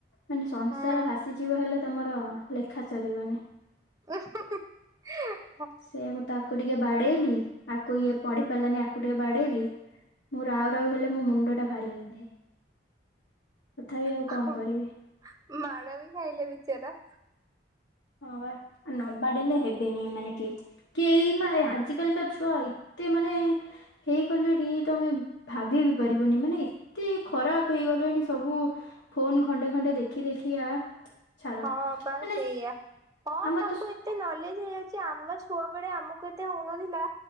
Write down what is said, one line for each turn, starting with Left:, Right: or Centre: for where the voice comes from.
Left: ମାନେ ସଂସାର
Right: ହୁଁ
Left: ଭାସିଯିବ ହେଲେ ତମର ଲେଖା ସରିବନି।
Right: ହୁଁହୁଁହୁଁ <unintelligible>
Left: ସେଇଆ ମୁଁ ତାକୁ ଟିକେ ବାଡେଇଲି। ଆକୁ ଇଏ ପଢି ପାରିଲାନି ଆକୁ ଟିକେ ବାଡେଇଲି ମୁଁ ରାଉରାଉ ହେଲେ ମୋ ମୁଣ୍ଡଟା ଭାରି ବିନ୍ଧେ। ତଥାପି ଆଉ
Right: <unintelligible>
Left: କଣ କରିବି
Right: ମାଡ଼ ବି ଖାଇଲେ ବିଚାରା।
Left: ହଁ ବା, ନ ବାଡେଇଲେେ ହେବେେନି ଏମାନେ କିଏ। କେହି ମା ଆଜିିକାଲିିକା ଛୁଆଇ ଏତେ ମାନେ ହେଇଗଲେଣି ତମେ ଭାବି ବି ପାରିବନି ମାନେ ଏତେ ଖରାପ ହେଇଗଲେଣି ସବୁ ଫୋନ୍ ଖଣ୍ଡେ ଖଣ୍ଡେ ଦେଖି ଦେଖିଆ ଛାଡ
Right: ହଁ ପା
Left: ମାନେ
Right: ସେଇଆ ହଁ
Left: ଆମର
Right: ତାଙ୍କୁ
Left: ତ
Right: ଏତେ ନଲେଜ ହେଇଯାଇଛି ଆମ୍ ଆମ ଛୁଆବେଳେ ଆମକୁ ଏତେ ହଉନଥିଲା